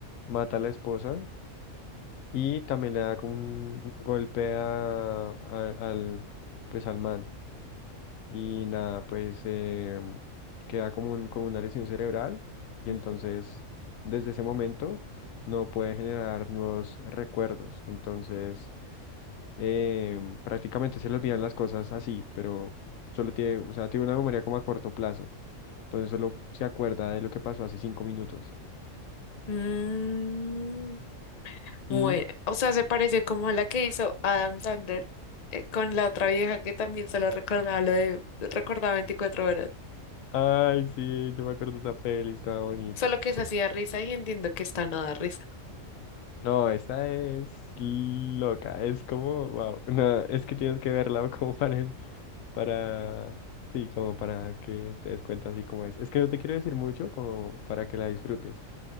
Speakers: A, on the left; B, on the left.
A: mata a la esposa y también le da como un un golpe a, a- al, pues al man y nada, pues eh, queda como, un, como una lesión cerebral y
B: ujú.
A: entonces desde ese momento no puede generar nuevos recuerdos, entonces eh, prácticamente se le olvidan las cosas así, pero solo tiene, o sea, tiene una memoria como a corto plazo. Entonces solo se acuerda de lo que pasó hace cinco minutos.
B: Mm. Muy,
A: Y,
B: o sea, se parece como a la que hizo Adam Sandler eh, con la otra vieja que también solo recordaba lo de recordaba 24 horas.
A: ay, sí, yo me acuerdo de esa peli, estaba bonita.
B: Solo que se hacía risa y entiendo que esta no da risa.
A: No, esta es loca, es como, wow, <laughs> no, es que tienes que verla <laughs> como para, en- para, sí, como para que te des cuenta así como es. Es que no te quiero decir mucho como para que la disfrutes,